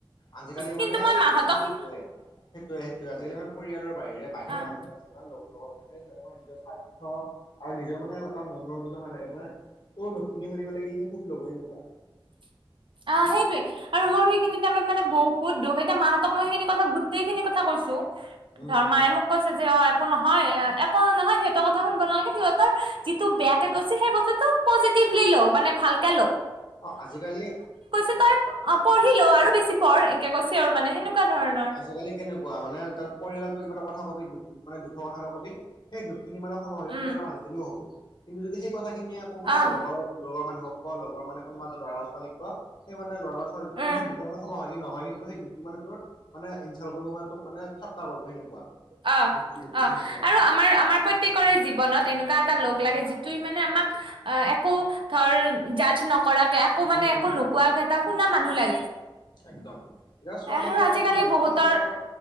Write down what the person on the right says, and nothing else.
কিন্তু
মই মাহঁতক সি
অ',
<unintelligible> অ সেইটোৱে আৰু মোৰ সেইখিনি টাইমত মানে বহুত দুখ এতিয়া মাহতক মই সেইখিনি কথা গোটেইখিনি কথা কৈছো। ধৰ্মায়
মোক কৈছে যে অ। একো নহয় একো নহয় সিহঁতৰ কথা শুনব নালাগে সিহঁতৰ যিটো বেয়াে কৈছে সেই বস্তুটো পজি। তিবলি লক মানে ভালকে।
তাই পঢ়িলো আৰু বেছি পঢ় এনকে কৈছে আৰু মানে সেনেকুৱা। ধৰণৰ
উম,
আহ
উম।
অ
অ
আৰু আমাৰ আমাৰ প্ৰত্যেকৰে জীৱনত এনেকুৱা এটা লগ লাগে যিটো মানে আমাক অ একো ধৰ জাজ নকৰাকে একো মানে
একো
নোকোৱাকে এটা শুনা মানে মানুহ লাগে।
আৰু
আজিকালি
বহুতৰ